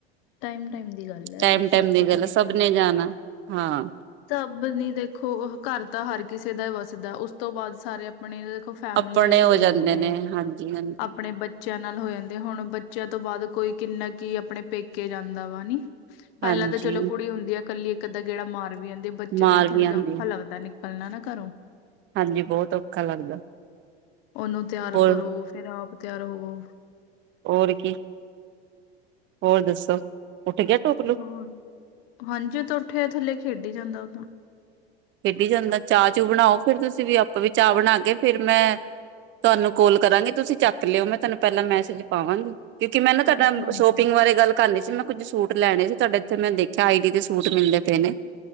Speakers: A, on the left; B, on the right.
A: ਟਾਈਮ ਟਾਈਮ ਦੀ ਗੱਲ ਹੈ
B: ਟਾਈਮ ਟਾਈਮ
A: ਸਭ
B: ਦੀ
A: ਪਤਾ
B: ਗੱਲ
A: ਲੱਗ
B: ਸਭ
A: ਜਾਂਦਾ
B: ਨੇ ਜਾਣਾ, ਹਾਂ
A: ਸਭ ਨੀ ਦੇਖੋ ਘਰ ਤਾਂ ਹਰ ਕਿਸੇ ਦਾ ਹੀ ਵਸਦਾ, ਉਸ ਤੋਂ ਬਾਅਦ ਸਾਰੇ। ਆਪਣੇ ਦੇਖੋ ਫੈਮਲੀ
B: ਆਪਣੇ
A: ਵਾਲੇ ਹੋ ਜਾਂਦੇ
B: ਨੇ
A: ਆ,
B: ਹਾਂਜੀ ਹਾਂਜੀ
A: ਆਪਣੇ ਬੱਚੇ ਬੱਚਿਆਂ ਨਾਲ ਹੋ ਜਾਂਦੇ, ਹੁਣ ਬੱਚਿਆਂ ਤੋਂ ਬਾਅਦ ਕੋਈ ਕਿੰਨਾ ਕੀ ਆਪਣੇ ਪੇਕੇ ਜਾਂਦਾ ਵਾ। ਪਹਿਲਾਂ
B: ਹਾਂਜੀ
A: ਤਾਂ ਚਲੋ ਕੁੜੀ ਹੁੰਦੀ ਆ। ਇਕੱਲੀ ਇੱਕ ਅੱਧਾ ਗੇੜਾ ਮਾਰ ਵੀ ਜਾਂਦੀ ਹੈ, ਬੱਚੇ
B: ਮਾਰ
A: ਨਾਲ ਥੋੜ੍ਹਾ
B: ਵੀ ਆਉਂਦੀ
A: ਜਿਹਾ ਔਖਾ
B: ਆ
A: ਲੱਗਦਾ ਪਲਣਾ ਨਾ ਕਰੋ।
B: ਹਾਂਜੀ, ਬਹੁਤ ਔਖਾ ਲੱਗਦਾ।
A: ਉਹਨੂੰ ਤਿਆਰ
B: ਹੋਰ
A: ਕਰੋ, ਫਿਰ ਆਪ ਤਿਆਰ ਹੋਵੋ,
B: ਹੋਰ ਕੀ। ਹੋਰ ਦੱਸੋ। ਉੱਠ ਗਿਆ ਟੋਕਲੂ
A: ਹੋਰ ਹਾਂਜੀ ਉਹ ਤਾਂ ਉੱਠਿਆ ਥੱਲੇ ਖੇਡੀ ਜਾਂਦਾ ਉਹ ਤਾਂ।
B: ਖੇਡੀ ਜਾਂਦਾ ਚਾਹ, ਚੂ ਬਣਾਓ ਫੇਰ ਤੁਸੀਂ ਵੀ ਆਪਾਂ ਵੀ ਚਾਹ ਬਣਾ ਕੇ ਫੇਰ ਮੈਂ। ਤੁਹਾਨੂੰ ਕਾਲ ਕਰਾਂਗੇ ਤੁਸੀਂ ਚੱਕ ਲਿਓ ਮੈਂ, ਤੁਹਾਨੂੰ ਪਹਿਲਾਂ ਮੈਸੇਜ ਪਾਵਾਂਗੀ। ਕਿਉਂਕਿ, ਮੈਂ ਨਾ
A: ਹਾਂਜੀ
B: ਤੁਹਾਡਾ
A: ਹਾਂਜੀ
B: ਸ਼ੋਪਿੰਗ ਬਾਰੇ ਗੱਲ। ਕਰਨੀ ਸੀ। ਮੈਂ ਕੁੱਝ ਸੂਟ ਲੈਣੇ ਸੀ। ਤੁਹਾਡੇ ਇੱਥੇ ਮੈਂ ਦੇਖਿਆ ਆਈ ਡੀ ਦੇ ਸੂਟ ਮਿਲਦੇ ਪਏ ਨੇ।